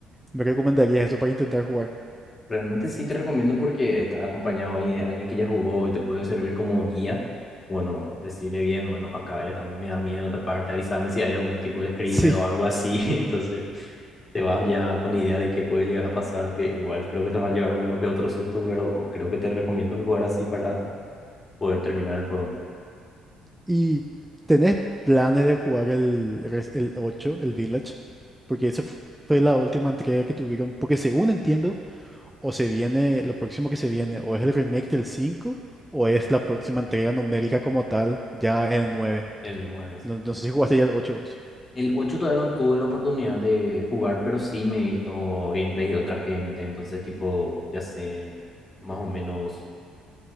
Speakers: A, in the centre; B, on the left.
A: me recomendarías eso para intentar jugar. <laughs>
B: Realmente sí te recomiendo porque estar acompañado y de alguien que ya jugó y te puede servir como guía, bueno, decirle bien, bueno, acá es, a mí me da miedo taparte, avísame si hay algún tipo de screamer
A: Sí.
B: o algo así, <laughs> entonces te vas ya con idea de qué puede llegar a pasar, aunque igual creo que te va a llegar uno que otro susto, pero creo que te recomiendo que jugar así para poder terminar el juego.
A: ¿Y tenés planes de jugar el, res- el ocho el Village? Porque esa fu- fue la última entrega que tuvieron, porque según entiendo, o se viene, lo próximo que se viene, o es el remake del 5 o es la próxima entrega numérica como tal, ya el nueve
B: El 9 sí.
A: No, no sé si jugaste ya el ocho vos.
B: El 8 todavía no tuve la oportunidad de jugar, pero sí me he visto gameplay de otra gente, entonces tipo, ya sé más o menos